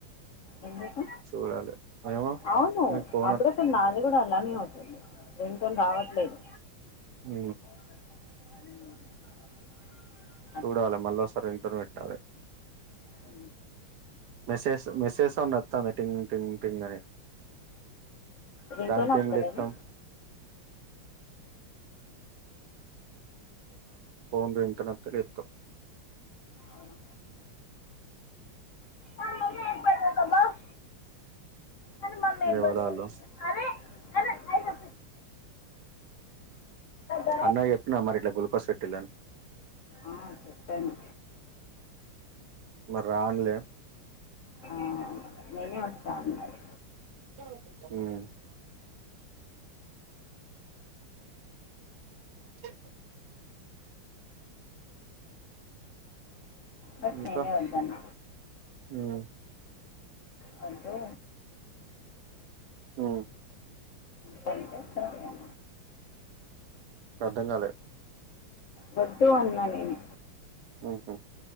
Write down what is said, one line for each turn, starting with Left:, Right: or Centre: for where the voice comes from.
Left: ఎందుకు
Right: చూడాలి ఏమో
Left: అవును
Right: మీకు ఫోన్
Left: అప్పుడే తనాధ్ అది కూడా అలానేే అవుతుంది రింగ్టోన్ రావట్లేదు
Right: ఉ
Left: <unintelligible>
Right: చూడాలే మళ్ళొసరి ఇంటార్నేటలే
Left: అ
Right: మెసేజ్స్ మెసేజ్ అ వాతంది టింగ్ టింగ్ టింగ్ అని
Left: రింగ్టన్స్తలేదా
Right: దానికి ఏం లేత్తాం ఓన్లీ ఇంటర్నెట్కే ఇతు
Left: అవును మామమ్మీ ఎక్కడదాబోవ్ కానీ మమ్మీబ
Right: ఎవలాళ్ళు
Left: అరే అరే <unintelligible>
Right: అన్నాక్చెప్పిన మరి ఇట్లా గుల్కోస్ పెట్టిలని
Left: ఆ చెప్పను
Right: మరి రాన్లే
Left: ఆ నేనే వస్తాన్నారు
Right: హ చె
Left: బట్
Right: ఇంకా
Left: నేనే వద్దాన్న
Right: ఉమ్
Left: వధూ
Right: ఉమ్
Left: గంతేసారిగా
Right: అర్ధంకాలే
Left: వధూ అన్న నేను
Right: ఓహు